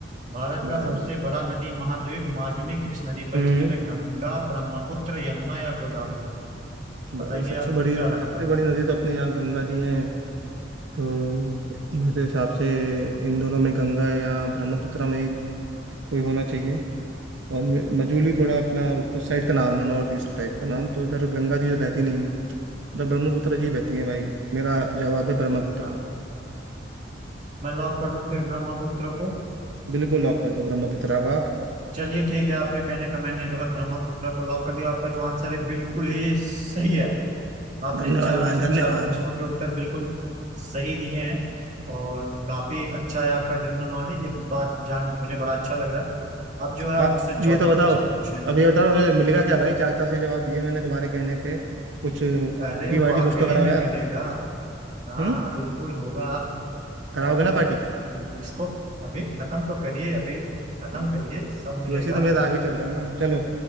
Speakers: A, on the right; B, on the right.
A: भारत
B: भाई
A: का सबसे बड़ा नदी महाद्वीप माजुली किस नदी पर
B: हम्म
A: स्थित है गंगा ब्रह्मपुत्र यमुना या गोदावरी बताइए
B: भाई सबसे
A: आपको
B: बड़ी
A: क्या लगता
B: सबसे
A: है
B: बड़ी नदी तो अपने यहाँ गंगा जी है तो मेरे
A: हम्म,
B: हिसाब से इन दोनों में गंगा या ब्रह्मपुत्र में ही कोई होना चाहिए और म- मजूली थोड़ा अपना उस साइड का नाम है नॉर्थ ईस्ट टाइप का नाम तो इधर गंगा जी तो बहती नहीं है उधर ब्रह्मपुत्र जी बहती है भाई
A: हम्म,
B: मेरा जवाब है ब्रह्मपुत्र
A: हाँ मैं लॉक कर दूं फिर ब्रह्मपुत्र को
B: बिल्कुल लॉक कर दो ब्रह्मपुत्रा को आप
A: चलिए ठीक है आपके कहने पे मैंने जो है ब्रह्मपुत्र को लॉक कर दिया आपका जो आंसर है बिल्कुल ही सही है आपने
B: धन्यवाद
A: चार
B: भाई
A: में से
B: धन्यवाद
A: चारों प्रश्नों के उत्तर बिल्कुल सही दिए हैं और काफी अच्छा है आपका जनरल नॉलेज ये बात जान के मुझे बड़ा अच्छा लग रहा है अब जो है
B: तो
A: आप
B: आप
A: मुझसे चौथा
B: ये तो बताओ
A: प्रश्न पूछें
B: अब ये बताओ ये मिलेगा क्या भाई चार चार सही जवाब दिए मैंने तुम्हारे कहने पे कुछ पार्टी
A: अरे वो
B: वार्टी
A: आखिरी
B: कुछ तो कराओ
A: में
B: यार
A: मिलेगा हाँ
B: हम्म
A: हाँ बिल्कुल होगा आप
B: कराओगे
A: आप
B: ना पार्टी
A: इसको अभी खत्म तो करिए अभी खत्म
B: चलो ठीक
A: करिए सब मिलेगा
B: तो वैसे ही तो मैं तो आगे चल रहा हूँ ना चलो